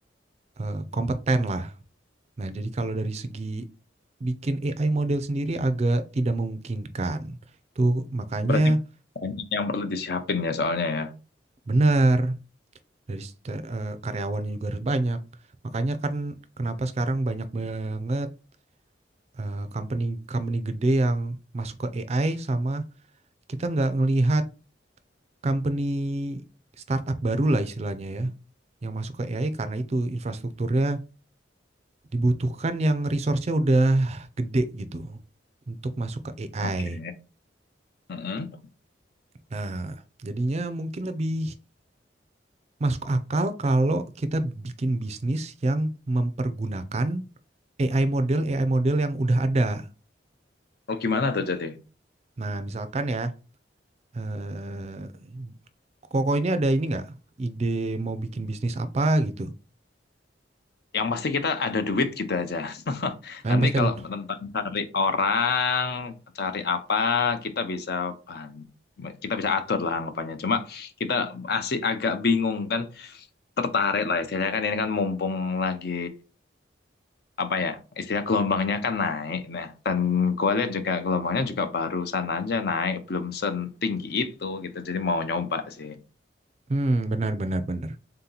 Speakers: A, on the right; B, on the left.
A: eh, kompeten lah. Nah, jadi kalau dari segi bikin AI model sendiri agak tidak memungkinkan. Itu makanya
B: Berarti banyak yang perlu disiapin ya soalnya ya.
A: benar dari seta- eh, karyawannya juga harus banyak. Makanya kan kenapa sekarang banyak banget eh, company company gede yang masuk ke AI sama kita nggak ngelihat company startup baru lah istilahnya ya yang masuk ke AI karena itu infrastrukturnya dibutuhkan yang resource-nya udah gede gitu untuk masuk ke AI.
B: Oke. Heeh.
A: Nah, jadinya mungkin lebih masuk akal kalau kita bikin bisnis yang mempergunakan AI model AI model yang udah ada.
B: Oh, gimana tuh jadi?
A: Nah, misalkan ya, eh, Koko ini ada ini nggak ide mau bikin bisnis apa gitu?
B: Yang pasti kita ada duit gitu aja. <laughs>
A: Nah,
B: Nanti
A: yang pasti
B: kalau
A: ada.
B: tentang cari orang, cari apa, kita bisa bahan, kita bisa atur lah anggapannya. Cuma kita masih agak bingung kan, tertarik lah istilahnya kan ini kan mumpung lagi apa ya, istilah gelombangnya kan naik. Nah, dan gue lihat juga gelombangnya juga barusan aja naik, belum setinggi itu gitu. Jadi mau nyoba sih.
A: Hmm, benar benar benar.